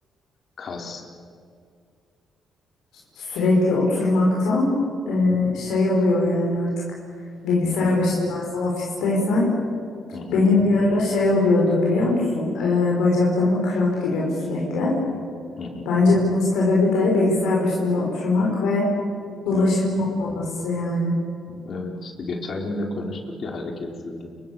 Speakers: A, on the left (about 55°); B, on the left (about 85°).
A: kas.
B: sürekli oturmaktan e, şey
A: Hı hı,
B: oluyor yani artık bilgisayar
A: hı hı,
B: başındaysan, ofisteysen
A: hı hı,
B: Benim bir ara şey oluyordu biliyor musun? Ee, bacaklarıma kramp giriyordu sürekli.
A: hı
B: Bence bunun sebebi de bilgisayar başında oturmak ve dolaşımın
A: Evet.
B: olmaması yani.
A: Evet işte geçen gün de konuştuk ya hareketsizlik.